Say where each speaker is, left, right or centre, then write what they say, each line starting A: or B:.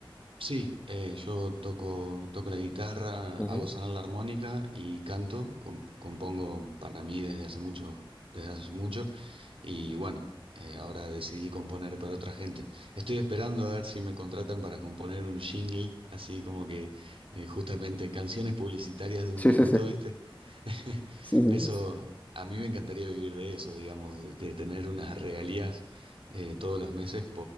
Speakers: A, on the right; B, on the left.
A: Sí, eh, yo toco, toco la guitarra,
B: Ujú.
A: hago sonar la armónica y canto, com- compongo para mí desde hace mucho, desde hace mucho, y bueno, eh, ahora decidí componer para otra gente. Estoy esperando a ver si me contratan para componer un jingle, así como que eh, justamente canciones publicitarias de un
B: Sí,
A: minuto,
B: sí, sí.
A: ¿viste? <laughs>
B: Sí, sí,
A: Eso,
B: sí.
A: a mí me encantaría vivir de eso, digamos, de tener unas regalías eh, todos los meses